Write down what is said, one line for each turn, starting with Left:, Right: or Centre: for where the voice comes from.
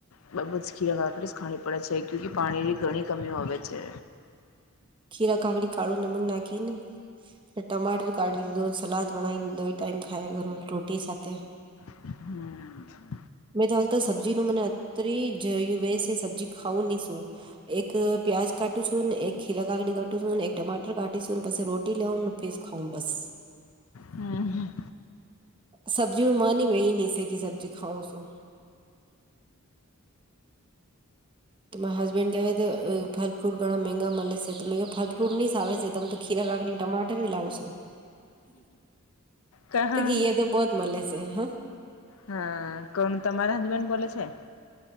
Left: જ બરબ ખીરા કાકડી જ ખાણી પડે છે ક્યુ કે પાણીની ગણી. કમી હોવે છે.
Right: ખીરા કાકડી કાઢો નમક નેનાખી ને. ટમાટર કાઢી દીધો સલાદ બનાવીને દો ટાઈમ ખાયકરો રોટી સાથે.
Left: હમ.
Right: મે તો આજ કલ સબજી ન મને. ત્રી જયુ વ સબ્જી ખાવું નહી શું એક પ્યાજ કાટું છું ને એક. ખીરા કાકડી કાું એક ટમાટર કાીશું પછ રોટી લઉ ફ ખાઉ બસ.
Left: હમ.
Right: સબ્જી નું માની વે એ નહી સે કે સબ્જી ખાવ શું. તો મારા હસબેન્ડ કહેવાય કે ફલ ફ્રૂટ ઘણાં મેગા મળે છે તો ફલ ફ્રૂટ નહીં સાવે છે. તમ તો ખીરા કાકડી ટમાટર લાવો છો
Left: ક હા
Right: તો ઘી એ તો બોધ. મળલે છે હ.
Left: હા કોણ તમારે હસબેન્ડ બોલે છે.